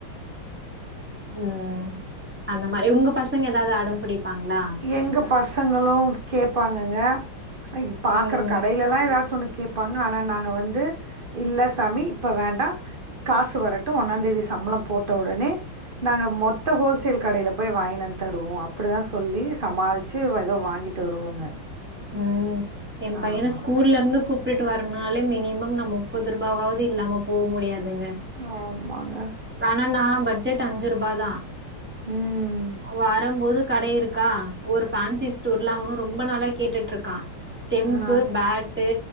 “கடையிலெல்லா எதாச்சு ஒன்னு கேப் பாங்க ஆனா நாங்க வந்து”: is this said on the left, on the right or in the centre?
Right